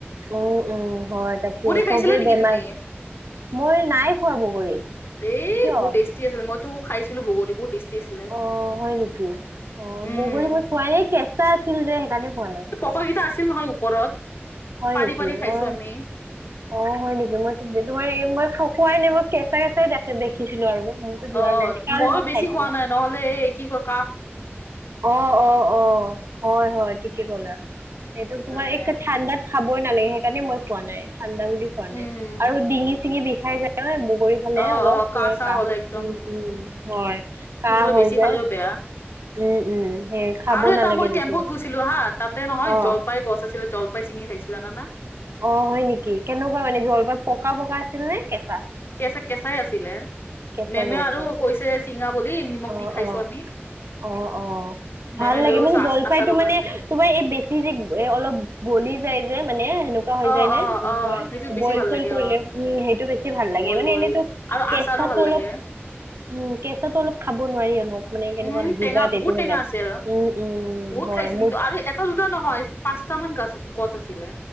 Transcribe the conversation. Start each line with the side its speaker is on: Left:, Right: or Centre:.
Right: উম উম হয় তাকে
Left: খাইছিলা
Right: চবেই
Left: নেকি
Right: বেমাৰ
Left: তুমি?
Right: মই নাই খুৱা বগৰী কিয়
Left: এ বহুত টেষ্টি আছিল। মইতো খাইছিলো বগৰী বহু টেষ্টি আছিলে।
Right: অ, হয় নেকি? অ,
Left: উম
Right: বগৰী মই খুৱাই কেঁচা আছিল যে সেইকাণে খোৱা নাই।
Left: পকাকেইটা আছিল নহয় ওপৰত,
Right: হয়
Left: পাৰি
Right: নেকি
Left: পাৰি খাইছো
Right: অ
Left: আমি।
Right: অ, হয় নেকি? মই তোমাৰ এই মই খুৱাই নাই মই কেঁচা কেঁচাই দেখে দেখ দেখিছিলো আৰু মোৰ মন যোৱা
Left: অ
Right: নাই। কাৰ
Left: মই
Right: লগত
Left: বেছি
Right: খাইছিলো?
Left: খোৱা নাই নহ'লে এই কি ক
Right: অ অ অ। হয় হয়। ঠিকে কলা। এইটো
Left: সেইকাৰণে
Right: তোমাৰ এক ঠাণ্ডাত খাবই নালাগে। সেইকাৰণে মই খোৱা নাই, ঠাণ্ডা বুলি খোৱা
Left: উম,
Right: নাই আৰু ডিঙি চিঙি বিষাই যায় ন বগৰী খালে
Left: অ
Right: অলপ
Left: অ
Right: <unintelligible>
Left: চাহ
Right: কাহ
Left: হ'লে একদম
Right: হম হম,
Left: উম
Right: হয়, কাহ
Left: সেইবিলাক বেছি
Right: হৈ যায়।
Left: খালেও বেয়া
Right: উম উম। সেই খাব
Left: আৰু এটা
Right: নালাগে
Left: মই
Right: বেছি।
Left: কেম্পত গৈছিলো হা। তাতে নহয়
Right: অ
Left: জলপাইৰ গছ আছিলে জল পাই চিঙি খাইছিলো। জানা না?
Right: অ, হয় নেকি? কেনেকুৱা মানে জলপাই? পকা পকা আছিল নে কেঁচা?
Left: কেচা কেঁচাই আছিলে।
Right: কেঁচা
Left: মেমে
Right: জলপান
Left: আৰু কৈছে চিঙা বুলি, নিমখ
Right: অ
Left: দি খাইছো
Right: অ
Left: আমি।
Right: অ অ।
Left: মেমে
Right: ভাল
Left: লৈ
Right: লাগে
Left: গৈছো
Right: মানে জলফাইটো
Left: আচাৰৰ
Right: মানে
Left: কাৰণে
Right: তোমাৰ এই বেছি যে এ অলপ গলি যায় যে মানে সেনে হৈ
Left: অ',
Right: যায় নে?
Left: অ',
Right: <unintelligible>
Left: অ', সেইটো বেছি
Right: বইল
Left: ভাল
Right: চইল
Left: লাগে
Right: কৰিলে।
Left: অ',
Right: উম, সেইটো বেছি ভাল লাগে
Left: বইল
Right: মানে।
Left: কৰি
Right: এনেতো
Left: আৰু
Right: কেঁচাটো
Left: আচাৰো ভাল
Right: অলপ
Left: লাগে।
Right: উম, কেঁচাটো অলপ খা ব নোৱাৰি আৰু মানে কেনেকুৱা
Left: উম, টেঙা
Right: জিভা তেটো
Left: বহুত টেঙা
Right: হৈ যায়,
Left: আছিল
Right: উম উম
Left: বহুত
Right: হয়
Left: খাইছো
Right: মোৰ
Left: কিন্তু আৰু এটা দুটা নহয় পাঁচটা মান গাছ গছ আছিলে।